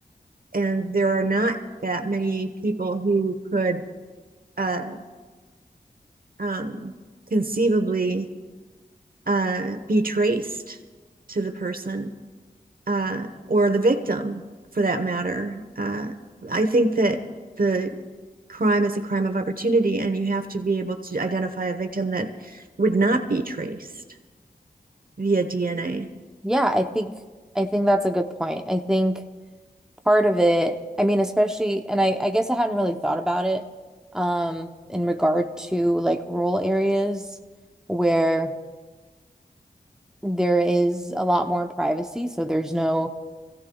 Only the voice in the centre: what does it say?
Yeah, I think I think that's a good point. I think part of it, I mean, especially, and I, I guess I hadn't really thought about it um in regard to like rural areas where there is a lot more privacy, so there's no,